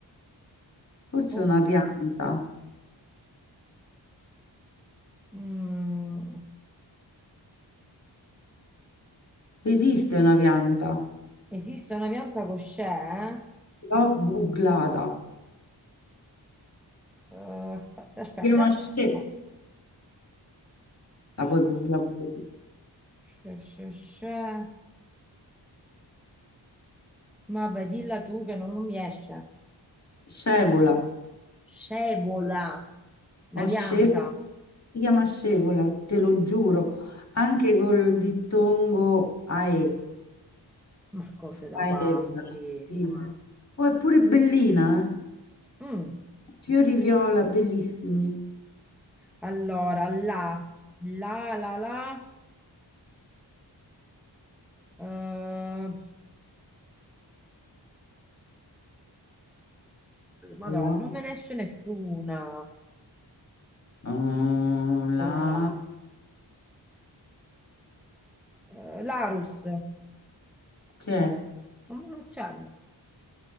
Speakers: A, on the left; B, in the centre.
A: Forse
B: Oddio.
A: una pianta.
B: Mm.
A: Esiste una pianta.
B: Esiste una pianta con c'è, eh?
A: L'ho googlata.
B: Eh, aspetta, aspetta,
A: Si Chiama
B: aspetta.
A: sce-
B: C'è,
A: La puoi googlare pure tu.
B: c'è, c'è, c'è. Ma vai, dilla tu che non non mi esce.
A: Scevola.
B: Scevola, una
A: Ho
B: pianta.
A: scevola. Si chiama scevola, te lo giuro. Anche col dittongo AE.
B: Ma cose
A: Scaevola.
B: da pazzi.
A: sì. Oh, è pure bellina,
B: Mm.
A: eh. Fiori viola, bellissimi.
B: Allora, la, la, la, la. eh, Madonna,
A: La,
B: non me ne esce nessuna
A: oh, la,
B: con la. Eh, Larus,
A: che è?
B: come un uccello.